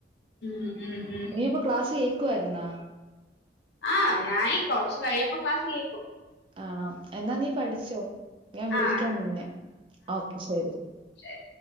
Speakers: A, on the left (about 70°); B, on the right (about 30°).
A: ഉം ഉം ഉം
B: ഇനിയിപ്പോ ക്ലാസ് കേക്കുവായിരുന്നാ
A: ആഹ് ഞായി കുറച് കഴിയുമ്പോ ക്ലാസ് കേൾക്കും
B: ആണോ എന്നാ നീ പഠിച്ചോ ഞാൻ വിളിക്കാൻ
A: ആ
B: നിന്നെ ഓക്കെ ശെരി
A: ശരി